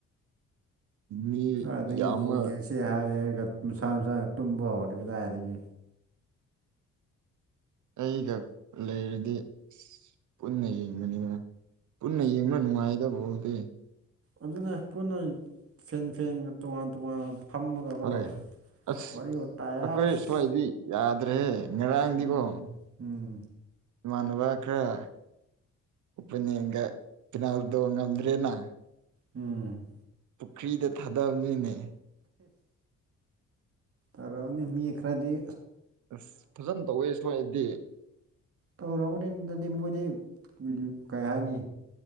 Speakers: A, on the right; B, on the right.
A: ꯃꯤ
B: ꯑꯗꯒꯤꯕꯨꯕ
A: ꯌꯥꯝꯃ
B: ꯌꯦꯡꯁꯤꯦ ꯍꯥꯏ ꯍꯥꯏꯔꯒꯁꯥ ꯅꯨꯡꯁꯥ ꯇꯨꯝꯕ ꯍꯧꯔꯦ ꯀꯗꯥꯏꯗꯒꯤ
A: ꯑꯩꯒ ꯂꯩꯔꯗꯤ ꯑꯁ ꯄꯨꯟꯅ ꯌꯦꯡꯕꯅꯤꯅ ꯄꯨꯟꯅ ꯌꯦꯡꯕ ꯅꯨꯡꯉꯥꯏꯗ ꯕꯣꯜꯗꯤ
B: ꯑꯗꯨꯅ ꯄꯨꯟꯅ ꯐꯦꯟ ꯐꯦꯟ ꯇꯣꯉꯥꯟ ꯇꯣꯉꯥꯟ ꯐꯝꯃꯒꯀꯣ
A: ꯐꯔꯦ ꯑꯁ
B: ꯋꯥꯔꯤ ꯋꯥꯇꯥꯏ
A: ꯑꯩꯈꯣꯏ
B: ꯑꯁ
A: ꯁ꯭ꯋꯥꯏꯗꯤ ꯌꯥꯗ꯭ꯔꯦꯍꯦ ꯉꯔꯥꯡꯗꯤꯀꯣ
B: ꯎꯝ ꯎꯝ
A: ꯏꯃꯥꯟꯅꯕ ꯈꯔ ꯎꯄꯅꯤꯡꯗ ꯄꯤꯅꯥꯜꯗꯣ ꯉꯝꯗ꯭ꯔꯦꯅ
B: ꯎꯝ
A: ꯄꯨꯈ꯭ꯔꯤꯗ ꯊꯥꯗꯕꯅꯤꯅꯦ
B: ꯏꯁ ꯃꯤ ꯈ꯭ꯔꯥꯗꯤ
A: ꯑꯁ ꯐꯖꯅ ꯇꯧꯋꯦ ꯁ꯭ꯋꯥꯏꯗꯤ
B: ꯇꯧꯔꯝꯅꯤꯗꯗꯤ ꯃꯣꯏꯗꯤ ꯀꯩ ꯍꯥꯏꯅꯤ